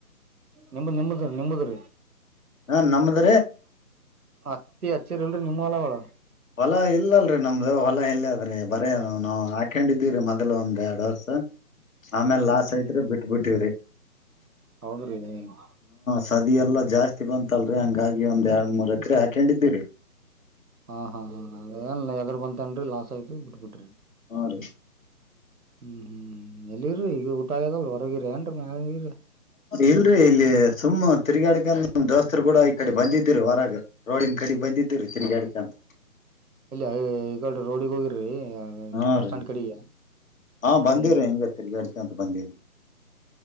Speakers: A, on the right; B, on the left.
A: ನಿಮ್ಮ ನಿಮ್ಮದ್ರೀ ನಿಮ್ಮದ್ರೀ.
B: ಹ ನಮ್ದ್ರಿ
A: ಹತ್ತಿ ಅಚ್ಚಿರಿಲ್ರಿ ನಿಮ್ಮ ಹೊಲಗೋಳ.
B: ಹೊಲ ಇಲ್ಲಲ್ರರಿ ನಮ್ದು ಹೊಲ ಎಲ್ಲಿ ಆದ್ರಿ ಬರೇ ಅವನೌನ್ ಹಾಕೊಂಡಿದ್ದಿವ್ರರಿ ಮೊದ್ಲು ಒಂದ್ ಎರಡ್ ವರ್ಷ. ಆಮೇಲ್
A: ಹ್ಮ್ ಹ್ಮ್
B: ಲಾಸ್
A: ಹ್ಮ್
B: ಆಯಿತ ರಿ ಬಿಟ್ ಬಿಟ್ಟಿವ್ರಿ.
A: ಹೌದ್ರಿ ನಿಮ್ಮ.
B: ಸದ್ಯ ಎಲ್ಲಾ ಜಾಸ್ತಿ ಬಂತಲ್ರಿ ಹಂಗಾಗಿ ಒಂದ್ ಎರಡ್ ಮೂರ್ ಎಕ್ರ ಹಾಕೊಂಡಿದರಿ.
A: ಹಾ ಹಾ ಹಾ ಅದೇ ಎದರ್ ಬಂತೇನ ರಿ ಲಾಸ್. ಸಾಯಿತ ಬಿಟ್ಟಬಿಟ್ರಿ.
B: ಹಾ ರೀ
A: ಹ್ಮ್ ಹ್ಮ್ ಹ್ಮ್ ಎಲ್ಲಿರ ಈಗ ಊಟ ಆಗದ ಒಟ್ಟ. ಗೀರ ನು ಮೇಲೆಗೆೀರಿ <inaudible>
B: ಇಲ್ರರಿ ಇಲ್ಲಿ ಸುಮ್ಮ್ ತಿರಗಡಕಂತ ದೋಸ್ತರು ಕೂಡ ಈ ಕಡೆ ಬಂದಿದ್ದಿರಿ ಹೊರಗ ರೋಡಿನ ಕಡೆ ಬಂದಿದ್ದೀರಿ ತಿರಗಡಕಂತ ಅಂತ.
A: ಇಲ್ಲ ಅ ಇಕಡೆ ರೋಡಿಗೆ ಹೋಗಿರ್ರಿ.
B: ಹಾ
A: ಬಸ್
B: ರೀ
A: ಸಟ್ಯಾಂಡ್ ಕಡೆಗೆ
B: ಹಾ
A: ಹ್ಮ್
B: ಬಂದಿವ್ರಿ
A: ಹ್ಮ್
B: ಹಿಂಗ ತಿರ್ಗಾಡ್ಕಂತ ಬಂದಿವ್ರಿ